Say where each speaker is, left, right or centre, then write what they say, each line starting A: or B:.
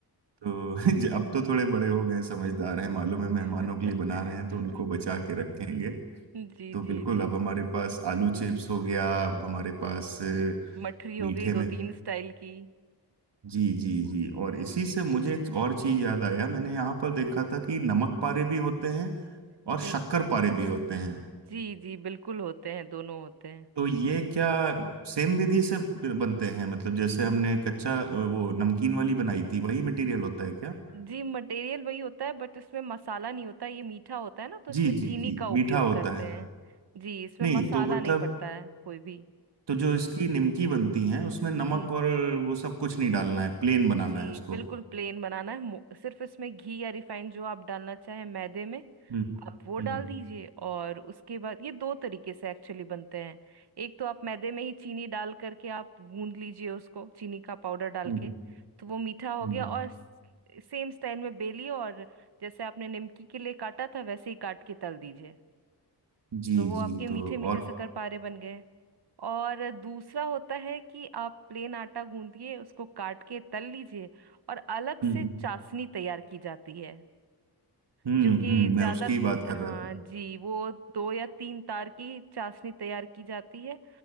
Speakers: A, on the right; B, on the right.
A: तो <laughs> ज- अब तो थोड़े बड़े हो गए समझदार हैं मालूम है मेहमानों
B: <laughs>
A: के लिए बना रहे हैं तो उनको बचा के रखेंगे
B: जी
A: तो बिल्कुल
B: जी जी
A: अब हमारे पास आलू चिप्स हो गया अब हमारे पास अ,
B: मठरी हो
A: मीठे
B: गई
A: में
B: दो तीन स्टाइल की
A: जी जी जी और इसी से मुझे एक और चीज याद आया मैंने यहाँ पर देखा था कि नमक पारे भी होते हैं
B: जी
A: और शक्कर पारे भी होते हैं
B: जी जी बिल्कुल होते हैं दोनों होते हैं
A: तो ये क्या सेम विधि से ब- बनते हैं मतलब जैसे हमने कच्चा अ, वो नमकीन वाली बनाई थी वही मटेरियल होता है
B: जी मटेरियल वही होता है बट इसमें मसाला नहीं होता ये मीठा होता है ना तो इसमें
A: जी
B: चीनी
A: जी जी
B: का उपयोग
A: मीठा होता
B: करते
A: है
B: हैं जी इसमें
A: नहीं
B: मसाला
A: तो मतलब
B: नहीं पड़ता है कोई भी
A: तो जो इसकी निमकी बनती है उसमें नमक
B: जी
A: और वो सब कुछ नहीं डालना है प्लेन बनाना
B: जी
A: है उसको
B: बिल्कुल प्लेन बनाना है मो- सिर्फ इसमें घी या रिफाइंड जो आप डालना चाहें मैदे में
A: हम्म
B: आप वो डाल
A: हम्म
B: दीजिए और उसके बाद ये दो तरीके से एक्चुअली बनते हैं एक तो आप मैदे में ही चीनी डाल करके आप गूंद लीजिए उसको चीनी का पाउडर डाल
A: हम्म
B: के तो वो मीठा हो
A: हम्म,
B: गया और सेम स्टाइल में बेलिए और जैसे आपने निमकी के लिए काटा था वैसे ही काट के तल दीजिए
A: जी
B: तो वो आपके
A: जी
B: मीठे
A: तो
B: मीठे
A: और
B: शक्करपारे बन गए और दूसरा होता है कि आप प्लेन आटा गूंदिए उसको काट के तल लीजिए और अलग
A: हम्म
B: से चाशनी तैयार की जाती है
A: हम्म
B: जो कि
A: हम्म मैं
B: ज्यादा
A: उसकी ही बात कर
B: हाँ
A: रहा था
B: जी वो दो या तीन तार की चाशनी तैयार की जाती है